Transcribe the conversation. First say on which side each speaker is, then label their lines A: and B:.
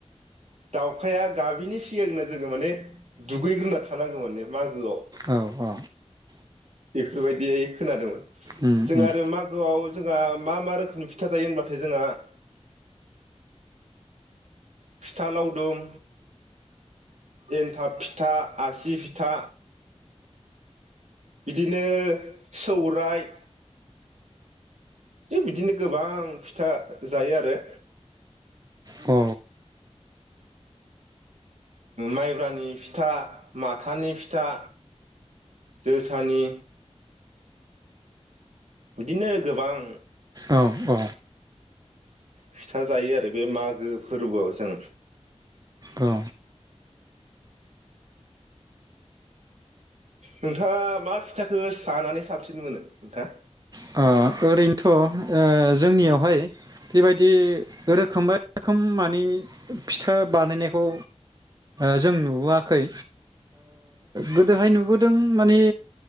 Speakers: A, on the right; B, on the right.
A: दाउखाया गाबिनि सिगांनो जोङो माने दुगैग्रोना थानांगौमोन मागोआव
B: अ औ औ
A: बे बेबायदि खोनादोंमोन।
B: उम
A: जों
B: उम
A: आरो मागोआव जोंहा मा मा रोखोमनि होनबाथाय जोंहा -् फिथा लावदुम एन्थाब फिथा आसि फिथा बिदिनो सौराय। है बिदिनो गोबां फिथा जायो आरो।
B: औ
A: माइब्रानि फिथा, माथानि फिथा, जोसानि बिदिनो गोबां।
B: औ
A: फिथा जायो आरो बे मागो फोरबोआव जों।
B: औ
A: नोंथाङा मा फिथाखौ जानानै साबसिन मोनो नोंथां?
B: ओ ओरैनोथ' जोंनियावहाय बेबायदि रोखोम रोखोम माने फिथा बानायनायखौ जों नुबोआखै गोदोहाय नुबोदों माने